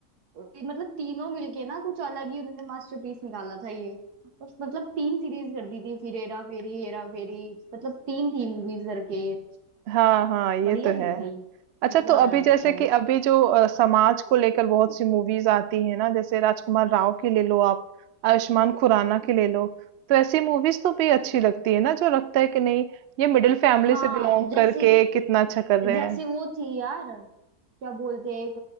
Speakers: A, on the right; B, on the right.
A: मतलब तीनों मिलके ना कुछ अलग ही उन्होंने मास्टरपीस निकाला था ये और मतलब तीन सीरीज कर दी थी फिर हेरा फेरी हेरा फेरी मतलब तीन थी मूवीज करके ये
B: हाँ, हाँ, ये
A: बढ़िया
B: तो है।
A: थी भाई
B: अच्छा
A: मजा
B: तो
A: आ
B: अभी
A: जाता
B: जैसे
A: है
B: कि अभी जो अ, समाज को लेकर बहुत सी मूवीज़ आती हैं ना, जैसे राजकुमार राव की ले लो आप, आयुष्मान खुराना की ले लो, तो ऐसी मूवीज़ तो भी अच्छी लगती है ना, जो लगता है कि नहीं ये मिडल फैमिली
A: हाँ
B: से बिलॉन्ग
A: जैसे
B: करके कितना अच्छा कर रहे
A: जैसे
B: हैं।
A: वो थी यार क्या बोलते हैं, एक